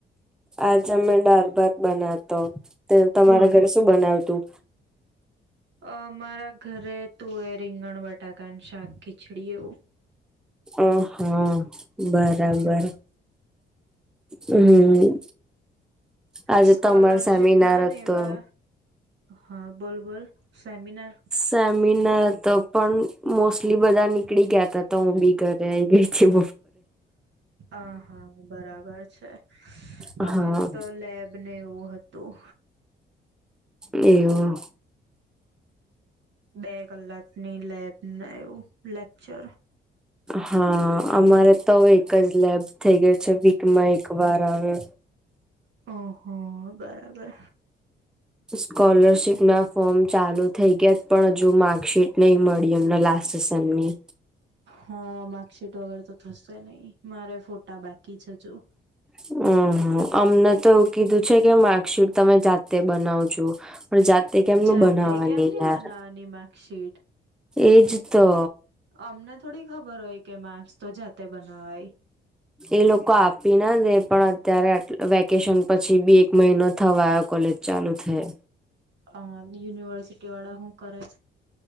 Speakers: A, in the centre; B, on the right.
A: આજે અમે દાળ ભાત બનાવતો તમારા ઘરે શું બનાવતું?
B: અમારા ઘરે તુવે એ રીંગણ બટાકાનું શાકી. છીડિયે ઉ.
A: અ હા બરાબર.
B: હા
A: હમ, આજે
B: સ્કોલરશીપ
A: તમારો સેમિનાર
B: ના ને
A: હતો.
B: એવા હા, બોલ બોલ સેમિનાર
A: સેમિનાર તો પણ મોસ્ટલી બધા નીકળી ગયાતા હું બી ઘરે આઈ ગઈથી
B: આ હા, બરાબર છે
A: હા
B: અમારો તો લેબ ને એવું હતું.
A: એવું.
B: બે કલાકની લેબને એવું લેક્ચર.
A: હા અમારે તો એક જ લેબ થઈ ગઈ છે વીકમાં એક વાર આવે.
B: હા હા બરાબર.
A: સ્કોલરશીપ ના ફોર્મ ચાલુ થઈ ગયા પણ હજુ માર્કશીટ નહી મળી એમને લા. સ્સમની.
B: હા માર્કશીટ વગર તો થશે નહી મારે ફોટા બાકી જજુ.
A: હમ હમ અમને તો એવું કીધું છે કે માર્કશીટ તમે જાતે બનાવજો. પણ જાતે કેમનું
B: જાતે
A: બનાવવાની
B: કેમ નહી
A: યાર.
B: બનાવાની માર્કશીટ.
A: એજ તો.
B: અમને થોડી ખબર હોય કે માર્ક્સ તો જાતે બનાવાય.
A: એ લોકો આપી ના દે પણ અત્યારે વેકેશન પછી બી એક મહિનો થવાયો કોલેજ. ચાલુ થાય.
B: અ યુનિવર્સિટી વાળા હું કરે.